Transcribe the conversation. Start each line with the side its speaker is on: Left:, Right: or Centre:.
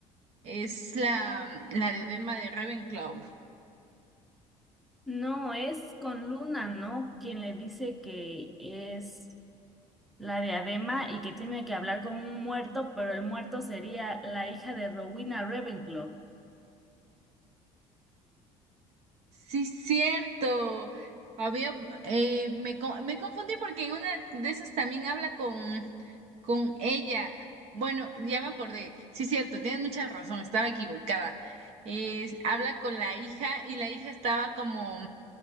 Right: es la, la diadema de Ravenclaw.
Centre: No, es con Luna, ¿no? Quien le dice que es. La diadema y que tiene que hablar con un muerto, pero el muerto sería la hija de Rowena Ravenclaw.
Right: Sí, cierto. Había, eh, me, co- me confundí porque en una de esas también habla con, con ella. Bueno, ya me acordé. Sí, cierto, tienes mucha razón, estaba equivocada. Eh, habla con la hija y la hija estaba como,